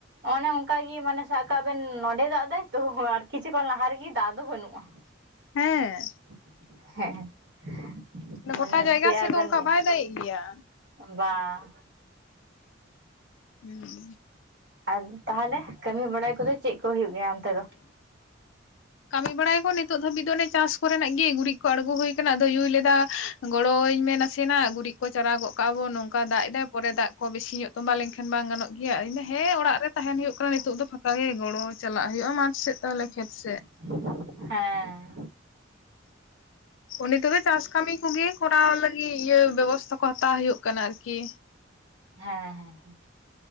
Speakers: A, on the right (about 60°); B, on the left (about 75°).
A: ᱚᱱᱮ ᱚᱱᱠᱟᱜ ᱜᱮ ᱢᱟᱱᱮ ᱥᱟᱵ ᱠᱟᱜ ᱵᱮᱱ ᱱᱚᱰᱮ ᱫᱟᱜ ᱫᱟᱭ ᱛᱚ ᱟᱨ ᱠᱤᱪᱷᱩ‌ ᱠᱷᱚᱱ ᱞᱟᱦᱟ ᱨᱮᱜᱮ ᱫᱟᱜ ᱫᱚ ᱵᱟᱹᱱᱩᱜᱼᱟ᱾
B: ᱦᱮᱸ,
A: <inaudible> ᱦᱮᱸ <unintelligible> <inaudible>
B: ᱜᱚᱴᱟ
A: ᱢᱟᱱᱮ
B: ᱡᱟᱭᱜᱟ
A: ᱪᱮᱫ
B: ᱥᱮᱫ
A: ᱟᱨ
B: ᱫᱚ
A: ᱵᱮᱱ
B: ᱚᱱᱠᱟ
A: ᱢᱮᱱᱟ
B: ᱵᱟᱭ ᱫᱟᱜᱮ-ᱜ ᱜᱮᱭᱟ᱾
A: ᱵᱟᱝ,
B: ᱦᱩᱸ
A: ᱟᱨ ᱛᱟᱦᱚᱞᱮ ᱠᱟᱹᱢᱤ ᱵᱟᱲᱟ ᱠᱚᱫᱚ ᱪᱮᱫ ᱠᱚ ᱦᱩᱭᱩᱜ ᱜᱮᱭᱟ ᱚᱱᱛᱮ ᱫᱚ,
B: ᱠᱟᱹᱢᱤ ᱵᱟᱲᱟᱭ ᱟᱠᱚ ᱱᱤᱛᱚᱜ ᱫᱷᱟᱹᱵᱤᱡ ᱫᱚ ᱚᱱᱮ ᱪᱟᱥ ᱠᱚᱨᱮᱱᱟᱜ ᱜᱮ ᱜᱩᱨᱤᱡᱽ ᱠᱚ ᱟᱬᱜᱚ ᱦᱩᱭ ᱟᱠᱟᱱᱟ, ᱟᱫᱚᱭ ᱭᱚ ᱞᱟᱹᱭ ᱮᱫᱟ ᱜᱚᱲᱚ ᱟᱹᱧ ᱢᱮ ᱱᱟᱥᱮᱱᱟᱜ ᱜᱩᱨᱤᱡᱽ ᱠᱚ ᱪᱟᱨᱟ ᱜᱚᱫ ᱠᱟᱜᱼᱟ ᱵᱚᱱ, ᱱᱚᱝᱠᱟ ᱫᱟᱜ ᱮᱫᱟ ᱯᱚᱨᱮ ᱫᱟᱜ ᱠᱚ ᱵᱤᱥᱤ ᱧᱚᱜ ᱛᱚᱸᱵᱟ ᱞᱮᱱᱠᱷᱟᱱ ᱵᱟᱝ ᱜᱟᱱᱚᱜ ᱜᱮᱭᱟ ᱤᱧ ᱫᱚ ᱦᱮᱸ ᱚᱲᱟᱜ ᱨᱮ ᱛᱟᱦᱮᱱ ᱦᱩᱭᱩᱜ ᱠᱟᱱᱟ ᱱᱤᱛᱚᱜ ᱫᱚ ᱯᱷᱟᱠᱟ ᱜᱮ ᱜᱚᱲᱚ ᱪᱟᱞᱟᱜ ᱦᱳᱭᱳᱜ-ᱟ ᱢᱟᱴᱷ ᱥᱮᱫ ᱛᱟᱦᱞᱮ ᱠᱷᱮᱛᱥ
A: <unintelligible> ᱦᱮᱸ
B: ᱩᱱᱤ ᱛᱮᱫᱚ ᱪᱟᱥ ᱠᱟᱢᱤ ᱠᱚᱜᱮ ᱠᱚᱨᱟᱣ ᱞᱟᱜᱤᱫ ᱤᱭᱟᱹ ᱵᱮᱵᱚᱥᱛᱷᱟ ᱠᱚ ᱦᱟᱛᱟᱣ ᱦᱳᱭᱳᱜ ᱠᱟᱱᱟ ᱟᱨᱠᱤ
A: ᱦᱮᱸ ᱦᱮᱸ ᱦᱮᱸ